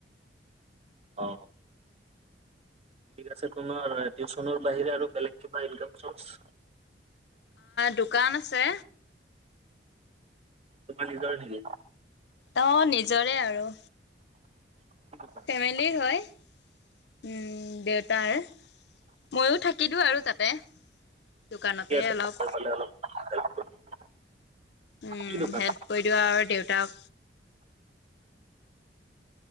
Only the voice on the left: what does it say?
দোকান আছে।
অ নিজৰে আৰু
ফেমিলিৰ হয়। উম দেউতাৰ ময়ো থাকি দিওঁ আৰু তাতে দোকানতে
অলপ
উম
হেল্প কৰি দওঁ আৰু দেউতাক।